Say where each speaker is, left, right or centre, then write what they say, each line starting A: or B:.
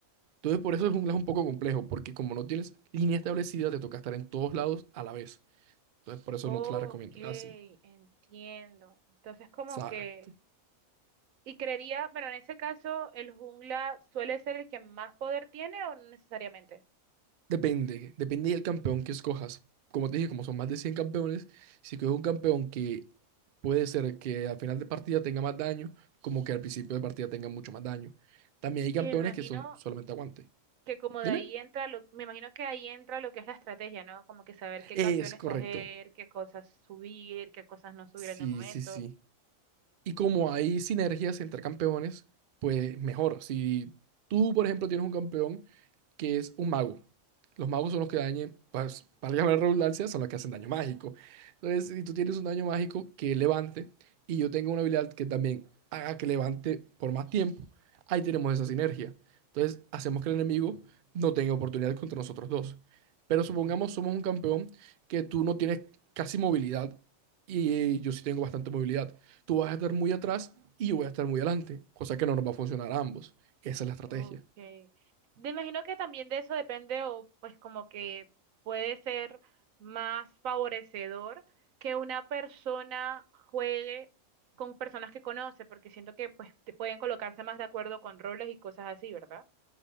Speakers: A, on the right; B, on the right.
A: Entonces, por eso el jungla es un poco complejo, porque como no tienes línea establecida, te toca estar en todos lados a la vez. Entonces, por eso
B: Ok,
A: no te la recomiendo casi.
B: entiendo. Entonces como
A: Exacto.
B: que... Y creería, bueno, en ese caso, el jungla suele ser el que más poder tiene o no necesariamente.
A: Depende, depende del campeón que escojas. Como te dije, como son más de 100 campeones, si coges un campeón que puede ser que al final de partida tenga más daño, como que al principio de partida tenga mucho más daño. También hay campeones
B: Y me imagino
A: que son solamente aguante.
B: que como
A: Dime.
B: de ahí entra lo, me imagino que ahí entra lo que es la estrategia, ¿no? Como que saber qué
A: Es
B: campeón escoger,
A: correcto.
B: qué cosas subir, qué cosas no subir
A: Sí,
B: en el momento.
A: sí, sí. Y como hay sinergias entre campeones, pues mejor. Si tú, por ejemplo, tienes un campeón que es un mago, los magos son los que dañen, pues, para llamar redundancia, son los que hacen daño mágico. Entonces, si tú tienes un daño mágico que levante y yo tengo una habilidad que también haga que levante por más tiempo, ahí tenemos esa sinergia. Entonces, hacemos que el enemigo no tenga oportunidad contra nosotros dos. Pero supongamos somos un campeón que tú no tienes casi movilidad y yo sí tengo bastante movilidad tú vas a estar muy atrás y yo voy a estar muy adelante, cosa que no nos va a funcionar a ambos. Esa es la estrategia.
B: Okay. Me imagino que también de eso depende o pues como que puede ser más favorecedor que una persona juegue con personas que conoce, porque siento que pues te pueden colocarse más de acuerdo con roles y cosas así, ¿verdad?